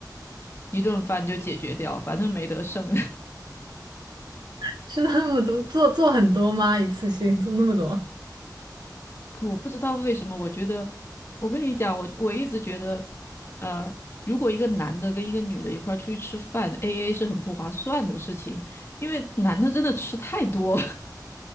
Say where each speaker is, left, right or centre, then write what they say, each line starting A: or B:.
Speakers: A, on the left; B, on the right.
A: 一顿饭就解决掉，反正没得剩。
B: <laughs> 吃那么多，做做很多吗？一次性做那么多？
A: 啊我不知道为什么，我觉得，我跟你讲，我我一直觉得，呃，如果一个男的跟一个女的一块儿出去吃饭，AA 是很不划算的事情，因为男的真的吃太多，